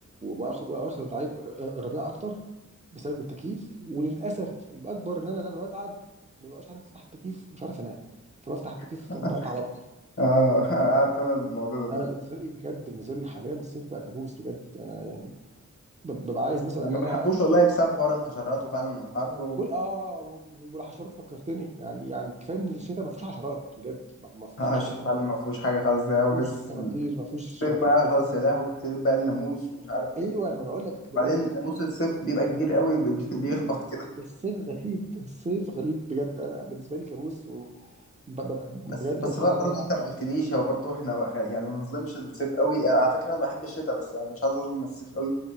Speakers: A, on the right; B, on the left.
A: واخر واخر الربيع الربيع اكتر بسبب التكييف وللاسف الاكبر ان انا لما بتعب ما ببقاش عارف افتح التكييف ومش عارف انام فبفتح التكييف
B: <laughs>
A: فتبقى اتعب اكتر
B: اه عارف انا الموضوع ده
A: انا
B: دي
A: بالنسبه لي بجد بالنسبه لي حاليا الصيف بقى كابوس بجد انا يعني ب- ببقى عايز مثلا
B: انا
A: ان
B: ما
A: انا
B: بحبوش والله بسبب حوار الحشرات وفعلا الحر
A: كل اه و- و- والحشرات فكرتني يعني يعني كفايه ان الشتاء ما فيهوش حشرات بجد ما ما فيهوش
B: اه الشتاء
A: نمل
B: فعلا ما فيهوش حاجه خالص ده
A: ما فيهوش
B: وبس
A: صراصير ما فيهوش
B: الصيف
A: ما فيهوش
B: بقى
A: دبان
B: خلاص يا لهوي ابتدت بقى الناموس ومش عارف ايه
A: ايوه ما انا بقول لك بجد
B: بعدين ناموس الصيف بيبقى كبير قوي بي- <laughs>
A: غريب
B: بيخبط كده
A: الصيف غريب الصيف غريب بجد انا بالنسبه لي كابوس وببقى بجد
B: بس بس
A: بتمنى
B: بقى
A: ان
B: برضو
A: هو يعدي
B: انت ما قلتليش هو برضو احنا وق- يعني ما نظلمش الصيف قوي انا على فكره انا بحب الشتاء بس يعني مش عايز اظلم الصيف قوي